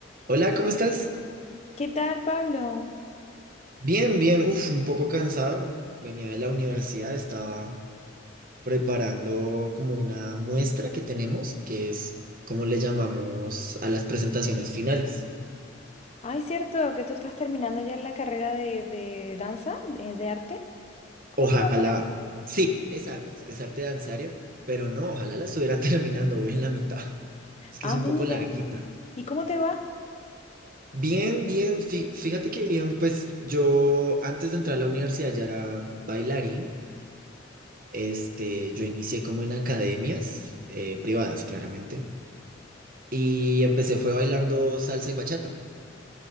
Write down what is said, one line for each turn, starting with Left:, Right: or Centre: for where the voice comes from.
Right: Hola, ¿cómo estás?
Left: ¿Qué tal, Pablo?
Right: Bien, bien, uf, un poco cansado. Venía de la universidad, estaba preparando como una muestra que tenemos, que es como le llamamos a las presentaciones finales.
Left: Ay, cierto que tú estás terminando ya la carrera de, de danza, de, de arte. ¿Cómo
Right: Ojalá,
Left: te va con eso?
Right: sí, es artes, es arte danzario, pero no, ojalá la estuviera <laughs> terminando hoy en la mitad. Es que
Left: Ah,
Right: es un
Left: mira.
Right: poco larguita.
Left: ¿Y cómo te va?
Right: Bien, bien, fí- fíjate que bien, pues yo antes de entrar a la universidad ya era bailarín. Este, yo inicié como en academias eh, privadas, claramente, y empecé fue bailando salsa y bachata.